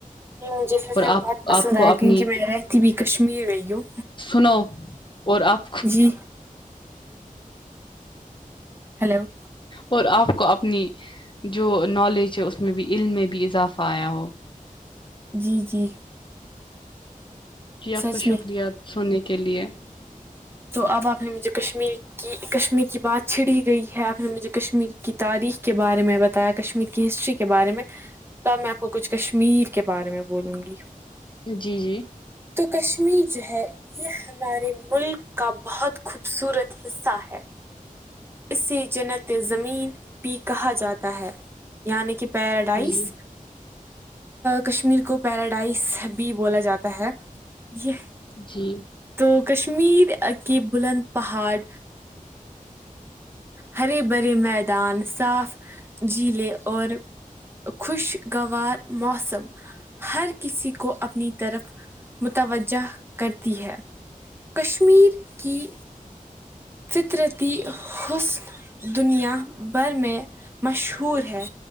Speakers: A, on the right; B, on the left.
A: جی مجھے سچ
B: اور
A: میں
B: آپ
A: بہت پسند
B: آپ
A: آیا
B: کو اپنی
A: کیونکہ میں رہتی بھیئی کشمیر میں یوں
B: سنو اور آپ
A: جی ہیلو
B: اور آپ کو اپنی جو نالج ہے اس میں بھی علم میں بھی اضافہ آیا ہو
A: جی جی
B: جی آپ
A: سچ
B: کا شکریہ
A: میں
B: سونے کے لیے
A: تو اب آپ نے مجھے کشمیر کی کشمیر کی بات چھڑی گئی ہے آپ نے مجھے کشمیر کی تاریخ کے بارے میں بتایا کشمیر کی ہسٹری کے بارے میں تب میں آپ کو کچھ کشمیر کے بارے میں بولوں گی
B: جی جی
A: تو کشمیر جو ہے یہ ہمارے ملک کا بہت خوبصورت حصہ ہے اسے جنت زمین بھی کہا جاتا ہے یعنی کہ پیراڈائس
B: جی،
A: کشمیر کو پیراڈائز بھی بولا جاتا ہے یہ
B: جی
A: تو کشمیر کے بلند پہاڑ ہرے بھرے میدان صاف جلیں اور خوشگوار موسم ہر کسی کو اپنی طرف متوجہ کرتی ہے کشمیر کی فطرتی حسن دنیا بھر میں مشہور ہے